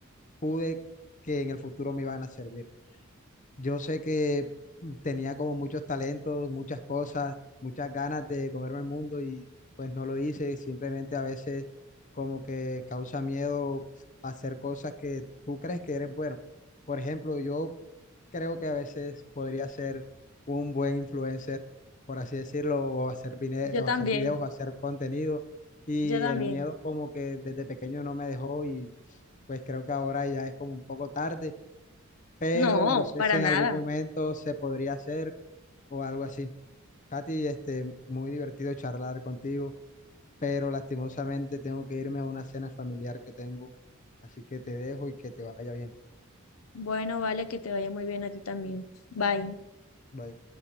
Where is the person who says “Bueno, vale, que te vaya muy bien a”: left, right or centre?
Left